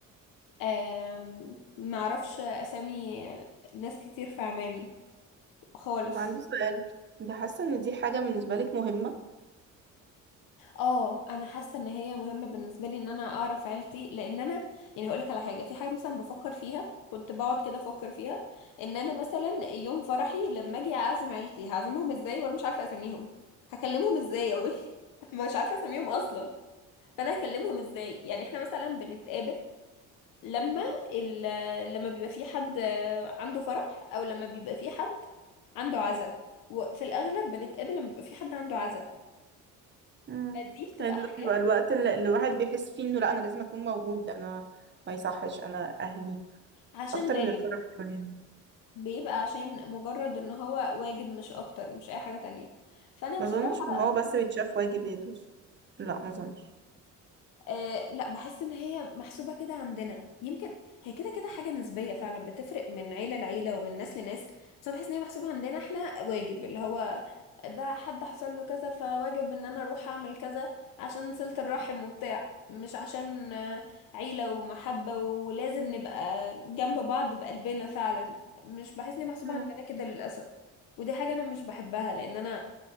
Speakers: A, on the left (about 85°); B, on the right (about 35°).
A: آم، معرفش اسامي آه، ناس كتير في عمامي خالص
B: وعندي سؤال انت حاسة ان دي حاجة بالنسبة لك مهمة؟
A: اه انا حاسه ان هي مهمه بالنسبه لي ان انا اعرف عيلتي لان انا يعني هقولك على حاجه في حاجه مثلا بفكر فيها كنت بقعد كده افكر فيها ان انا مثلا يوم فرحي لما اجي اعزم عيلتي هعزمهم ازاي وانا مش عارفه اسميهم هكلمهم ازاي اوي <laughs> مش عارفه اسميهم اصلا فانا هكلمهم ازاي يعني احنا مثلا بنتقابل لما ال... لما بيبقى في حد عنده فرح او لما بيبقى في حد عنده عزا وفي الاغلب بنتقابل لما بيبقى في حد عنده عزا
B: مم.
A: دي بتبقى
B: لان ده
A: حاجات
B: بيبقى الوقت اللي اللي الواحد بيحس فيه انه لا انا لازم اكون موجود انا ما يصحش انا اهلي
A: عشان
B: اكتر
A: واجب
B: من الفرح كمان
A: بيبقى عشان مجرد ان هو واجب مش اكتر مش اي حاجة تانية فانا
B: ما
A: بصراحة
B: اظنش ان هو بس بيتشاف واجب يدوس لا ما اظنش
A: أه لا بحس ان هي محسوبة كده عندنا يمكن هي كده كده حاجة نسبية فعلا بتفرق من عيلة لعيلة ومن ناس لناس بس انا بحس ان هي محسوبة عندنا احنا واجب اللي هو ده حد حصل له كذا فواجب ان انا اروح اعمل كذا عشان صلة الرحم وبتاع مش عشان آه، عيلة ومحبة ولازم نبقى جنب بعض بقلبنا فعلا مش بحس ان هي محسوبة
B: مم.
A: عندنا كده للأسف ودي حاجة انا مش بحبها لان انا